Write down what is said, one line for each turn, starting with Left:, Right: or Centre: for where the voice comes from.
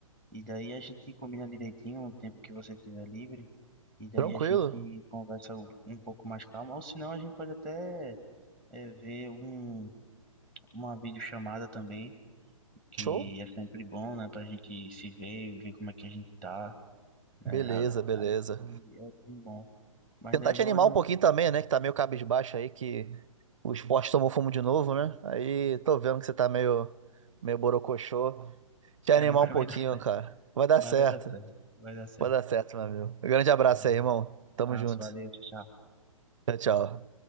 Centre: E daí a gente combina direitinho o tempo que você tiver livre. E daí
Right: tranquilo.
Centre: a gente conversa um um pouco mais calmo. Ou senão a gente pode até é, ver um, uma videochamada também, que
Right: Show?
Centre: é sempre bom, né? Pra gente se ver e ver como é que a gente tá, né?
Right: Beleza,
Centre: a-
Right: beleza.
Centre: Aí é bem bom. Mas
Right: Tentar
Centre: daí
Right: te
Centre: vou.
Right: animar um pouquinho também, né? Que tá meio cabisbaixo aí, que o esporte tomou fumo de novo, né? Aí tô vendo que você tá meio, meio borocochô. Te animar
Centre: É, <laughs> mas
Right: um pouquinho,
Centre: vai dar,
Right: cara. Vai dar
Centre: mas
Right: certo.
Centre: vai dar certo. Vai dar certo.
Right: Vai dar certo, meu amigo. Um grande abraço
Centre: Um
Right: aí, irmão.
Centre: abraço,
Right: Tamo junto.
Centre: valeu, tchau. tchau.
Right: Tchau, tchau.